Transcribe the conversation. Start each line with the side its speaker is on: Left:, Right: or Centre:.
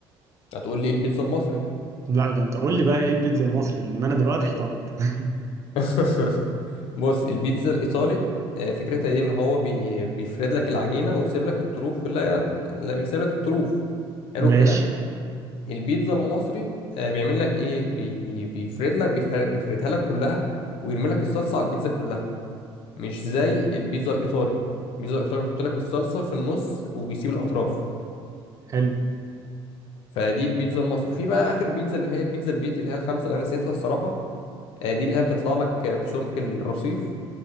Left: هتقول لي إيه البيتزا المصري
Right: لا ده انت قول لي بقى ايه البيتزا المصري لان انا دلوقتي
Left: ايه
Right: احترت
Left: ده
Right: <laughs>
Left: <laughs> بص البيتزا الإيطالي آه، فكرتها ايه ان هو بي... بيفرد لك العجينة ويسيب لك الطروف اللي هي اللي بيسيب لك الطروف حلو الكلام
Right: ماشي
Left: البيتزا المصري آه، بيعمل لك ايه بي... بيفرد لك بيفر... بيفردها لك كلها ويرمي لك الصلصة على البيتزا كلها مش زي البيتزا الإيطالي البيتزا الإيطالي بيحط لك الصلصة في النص وبيسيب الأطراف
Right: حلو
Left: فدي البيتزا المصري في بقى آخر بيتزا اللي هي البيتزا البيتي اللي هي الخمسة اللي أنا نسيتها الصراحة آه، دي اللي هي بتطلع لك بسمك الرصيف